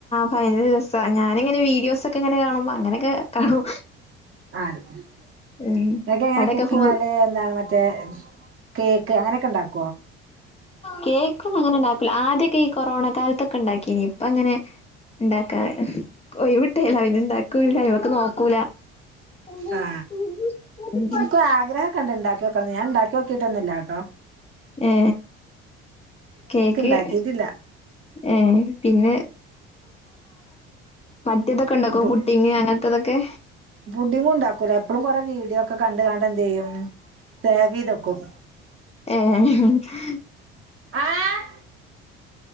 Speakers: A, on the left; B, on the right.
A: ഫൈനലിൽ രസം ഞാനിങ്ങനെ വീഡിയോസ് ഒക്കെ എങ്ങനെ കാണുമ്പോ അങ്ങനെ കാണും
B: ആ ഇടയ്ക്ക്
A: ഉം
B: അങ്ങനെ
A: അവിടെയൊക്കെ
B: കുക്കിംഗ്
A: ഫോ
B: ഒക്ക എന്താണ് മറ്റേ കേക്ക് അങ്ങനെ ക്കണ്ടാക്കും
A: കേക്ക് അങ്ങനെ ഉണ്ടാക്കില്ല ആദ്യമൊക്കെ ഈ കൊറോണ കാലത്ത് ക്കെ ഉണ്ടാക്കീനി ഇപ്പൊ അങ്ങനെ ഉണ്ടാക്കാറില്ല ഒഴിവിട്ടേല ഇണ്ടാക്കൂല്ല ഇതൊക്കെ നോക്കൂല ഉം
B: ആ ഇനിക്കും ആഗ്രഹമൊക്കെയുണ്ട് ഇണ്ടാക്കി നോക്കണോന്ന് ഞാൻ ഇണ്ടാക്കി നോക്കിയിട്ട് ഒന്നുമില്ല ട്ടോ
A: ഏ കേക്ക്
B: ഇണ്ടാക്കിയിട്ടില്ല
A: ഏ പിന്നെ മറ്റേതൊക്കെ ഉണ്ടാക്കുമോ
B: പു
A: പുഡിങ് അങ്ങനത്തൊക്കെ
B: പുഡിങ്ങും ഇണ്ടാക്കൂല എപ്പളും കൊറെ വീഡിയോ ഒക്കെ കണ്ട് കാണ്ട് എന്തെയ്യും സേവെയ്ത് വെക്കും
A: ഏ
B: ആഹ്